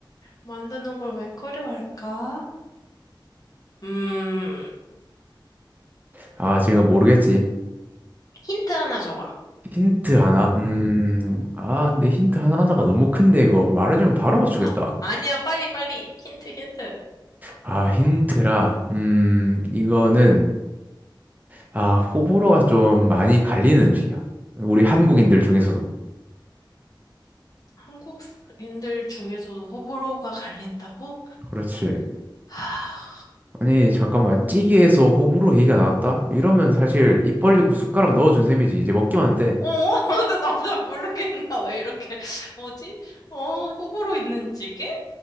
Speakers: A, on the left; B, on the right.
A: 만드는 걸 왜 꺼려 할까? 음,
B: 아, 지금 모르겠지.
A: 힌트 하나 줘봐.
B: 힌트 하나? 음, 아, 근데 힌트 하나하나가 너무 큰데, 이거. 말해주면 바로 맞추겠다.
A: 아, 아니야, 빨리, 빨리. 힌트, 힌트.
B: 아, 힌트라. 음, 이거는, 아, 호불호가 좀 많이 갈리는 음식이야. 우리 한국인들 중에서도.
A: 한국인들 중에서도 호불호가 갈린다고?
B: 그렇지.
A: 하...
B: 아니, 잠깐만. 찌개에서 호불호 얘기가 나왔다? 이러면 사실 입 벌리고 숟가락 넣어준 셈이지. 이제 먹기만 하는데.
A: 어, <laughs> 근데 나도 모르겠냐. 왜 이렇게, <laughs> 뭐지? 어, 호불호 있는 찌개?